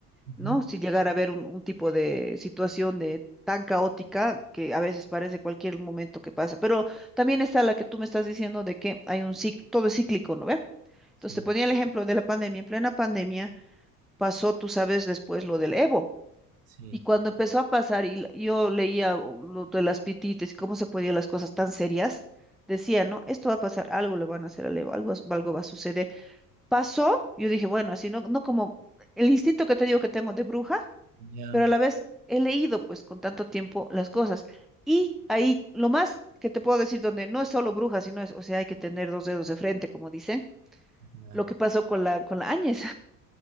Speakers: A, on the right; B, in the centre.
A: Ujú,
B: ¿no? Si llegara a haber un, un tipo de situación de tan caótica que a veces parece cualquier momento que pasa. Pero también está la que tú me estás diciendo de que hay un cic- todo es cíclico, ¿no ve? Entonces
A: Sí,
B: te ponía el ejemplo de la pandemia. En plena pandemia pasó, tú sabes, después lo del Evo.
A: sí.
B: Y cuando empezó a pasar, y l- yo leía o, lo de las pitites y cómo se ponían las cosas tan serias, decía, ¿no? Esto va a pasar, algo le van a hacer al Evo, algo, es- algo va a suceder. Pasó, yo dije, bueno, así no, no como el instinto que te digo que tengo de bruja,
A: Ya.
B: pero a la vez he leído pues con tanto tiempo las cosas. Y ahí lo más que te puedo decir, donde no es solo brujas, sino es, o sea, hay que tener dos dedos de frente, como dicen,
A: Ya.
B: lo que pasó con la, con la Áñez,